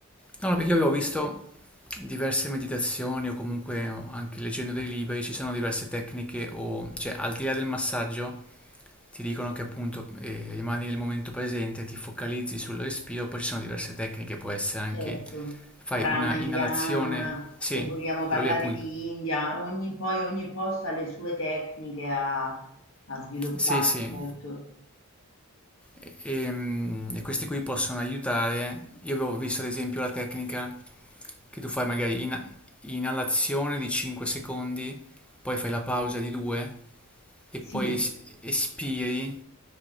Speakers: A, in the centre; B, on the left.
A: No, no, perché io avevo visto diverse meditazioni o comunque o anche leggendo dei libri ci sono diverse tecniche o cioè al di là del massaggio ti dicono che appunto eh, rimani nel momento presente, ti focalizzi sul respiro, poi ci sono diverse tecniche, può essere anche
B: Certo.
A: fai
B: Pranayama,
A: una inalazione, sì,
B: se vogliamo parlare
A: quello lì appunto,
B: di India, ogni, poi ogni posto ha le sue tecniche, ha, ha sviluppato,
A: sì, sì,
B: certo.
A: e, ehm, e questi qui possono aiutare. Io avevo visto ad esempio la tecnica che tu fai magari ina- inalazione di 5 secondi, poi fai la pausa di 2 e
B: Sì,
A: poi es- espiri